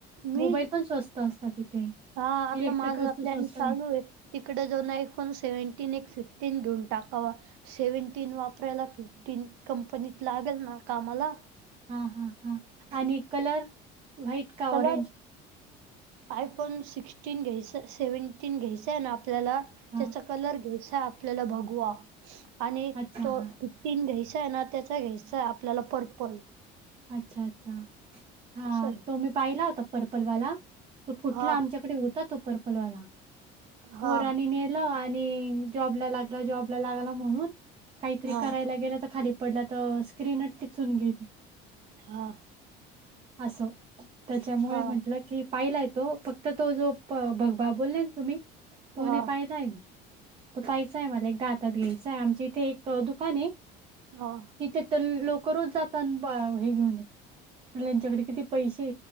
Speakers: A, on the right; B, on the right.
A: मी
B: मोबाईल पण स्वस्त असतात इथे
A: हां, आता
B: इलेक्ट्रिक
A: माझा
B: वस्तू
A: प्लॅन
B: स्वस्त आहे.
A: चालू तिकडे दोन आयफोन सेव्हन्टीन एक फिफ्टीन घेऊन टाकावा. सेव्हन्टीन वापरायला फिफ्टीन कंपनीत लागेल ना कामाला.
B: हा हां हां आणि कलर व्हाईट का
A: कलर
B: ऑरेंज?
A: आयफोन सिक्स्टीन घ्यायच सेव्हन्टीन घ्यायचय ना आपल्याला
B: हां,
A: त्याचा कलर घ्यायचा आपल्याला बगवा आणि
B: अच्छा, हां.
A: तो तीन घ्यायचा आहे ना त्याचा घ्यायचा आपल्याला पर्पल
B: अच्छा अच्छा हा
A: असं आहे
B: तो मी पाहिला होता पर्पल वाला. तो फुटला
A: हा
B: आमच्याकडे होता तो पर्पलवाला पोर
A: हा
B: आणि नेर आणि जॉबला लागला जॉबला लागला म्हणून काहीतरी
A: हा
B: करायला गेलं तर खाली पडल्या तर स्क्रीनच टिचून गेली.
A: हा.
B: असो त्याच्यामुळे
A: हा
B: म्हटलं की पाहिलाय तो फक्त तो जो भगबा बोलला ना तुम्ही तो
A: हा
B: नाही पाहिला आहे मी. तो पाहायचा आहे मला एकदा आातात घ्यायचाय आमची इथे एक दुकान आहे.
A: हा.
B: तिथे तर लोकरोज जातात हे घेऊन येत प त्यांच्याकडे किती पैसे